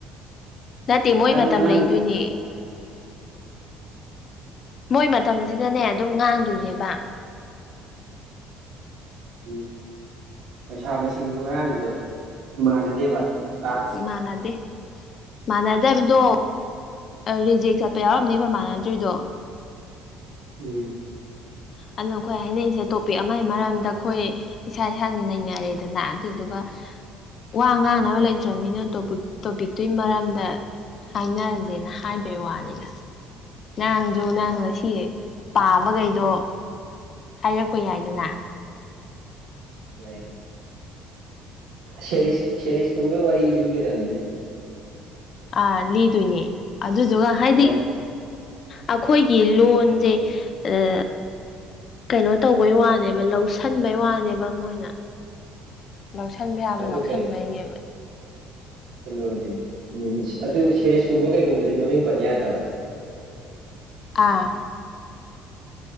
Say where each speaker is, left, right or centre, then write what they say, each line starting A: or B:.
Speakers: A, on the left; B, on the right.
A: ꯅꯠꯇꯦ ꯃꯣꯏ ꯃꯇꯝ
B: ꯉꯔꯥꯡ
A: ꯂꯩꯗꯣꯏꯅꯦ ꯃꯣꯏ ꯃꯇꯝꯖꯤꯗꯥꯅꯦ ꯑꯗꯨꯝ ꯉꯥꯡꯗꯣꯏꯅꯦꯕ
B: ꯎꯝ ꯄꯩꯁꯥ ꯃꯁꯤꯡꯗꯣ ꯉꯔꯥꯡꯒꯤꯗꯣ ꯃꯥꯟꯅꯗꯦꯕ ꯇꯥꯛꯁ
A: ꯃꯥꯟꯅꯗꯦ ꯃꯥꯟꯅꯗꯥꯕꯗꯣ ꯑꯥ ꯔꯤꯖꯦꯛ ꯆꯠꯄ ꯌꯥꯎꯔꯝꯅꯦꯕ ꯃꯥꯟꯅꯗ꯭ꯔꯤꯗꯣ
B: ꯎꯝ
A: ꯑꯗꯨꯅ ꯑꯈꯣꯏ ꯍꯥꯏꯅꯔꯤꯁꯦ ꯇꯣꯄꯤꯛ ꯑꯃꯒꯤ ꯃꯔꯝꯗ ꯑꯈꯣꯏ ꯏꯁꯥ ꯏꯁꯥꯅ ꯅꯩꯅꯔꯦꯗꯅ ꯑꯗꯨꯗꯨꯒ ꯋꯥ ꯉꯥꯡꯅꯕ ꯂꯩꯇ꯭ꯔꯃꯤꯅ ꯇꯣꯄꯤꯛ ꯇꯣꯄꯤꯛꯇꯨꯒꯤ ꯃꯔꯝꯗ ꯍꯥꯏꯅꯔꯁꯦꯅ ꯍꯥꯏꯕꯩ ꯋꯥꯅꯤꯗ ꯅꯪꯖꯨ ꯅꯪ ꯉꯁꯤ ꯄꯥꯕꯒꯩꯗꯣ ꯍꯥꯏꯔꯛꯄ ꯌꯥꯏꯗꯅ
B: ꯌꯥꯏ ꯁꯦꯔꯤꯁ ꯁꯦꯔꯤꯁ ꯀꯨꯝꯕꯒꯤ ꯋꯥꯔꯤ ꯂꯤꯒꯗꯝꯅꯤꯗ ꯁꯤꯗꯤ
A: ꯑꯥ ꯂꯤꯗꯣꯏꯅꯦ ꯑꯗꯨꯗꯨꯒ ꯍꯥꯏꯗꯤ
B: ꯐꯤꯂꯝ
A: ꯑꯩꯈꯣꯏꯒꯤ ꯂꯣꯟꯖꯦ ꯑ ꯀꯩꯅꯣ ꯇꯧꯕꯩ ꯋꯥꯅꯦꯕ ꯂꯧꯁꯟꯕꯩ ꯋꯥꯅꯦꯕ ꯃꯣꯏꯅ ꯂꯧꯁꯟꯕ ꯌꯥꯕ
B: ꯑꯗꯨ
A: ꯂꯧꯁꯟꯕꯩꯅꯦꯕ
B: ꯀꯩꯅꯣꯗꯨꯗꯤ ꯎꯝ ꯑꯗꯨꯒ ꯁꯦꯔꯤꯁꯀꯨꯝꯕ ꯀꯩꯒꯨꯝꯕꯁꯨ ꯃꯃꯤꯡ ꯄꯟ ꯌꯥꯗꯕ
A: ꯑꯥ